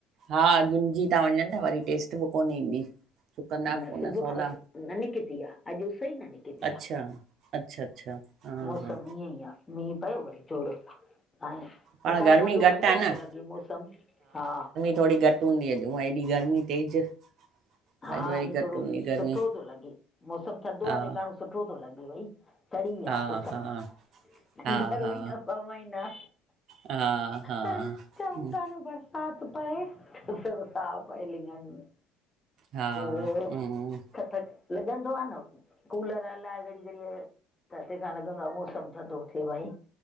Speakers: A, on the right; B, on the left.
A: हा घिमजी था वञ वरी टेस्ट बि कोन ईंदी। सुकंदा
B: न
A: बि कोन
B: सुबुह
A: सवला
B: खां न निकिती आ अॼु उस न निकती।
A: अच्छा अच्छा अच्छा हा
B: मौसम
A: हा
B: ईअं ई आ। मी पयो भरी जोड ऐं।
A: पाण
B: हेकाण
A: गर्मी
B: थधो
A: घटि
B: बढ़िया
A: आहे न
B: थो लॻे मौसम हा।
A: थोरी घट हूंदी हुॼ हूअं हेॾी गर्मी तेज। अॼु
B: हा
A: वरी
B: ईअं
A: घटि
B: थोरो
A: हूंदी गर्मी
B: सुठो तो लॻे मौसम थदो
A: हा
B: आ जे काणो सुठो थो लॻे भई। सड़ी विया
A: हा
B: सो समी।
A: हा हा
B: घर
A: हा
B: ई न पमाई न
A: हा हा
B: त चंउता
A: हम्म,
B: न बरस। हाथ पाएसरो सा पाए लिंगानी में।
A: हा
B: ॿियो,
A: हम्म
B: थथक लॻंदो आहे न। कूलर हलाए घड़ी घड़ी त तंहिंखां लॻंदो आहे मौसम थधो थिए भई।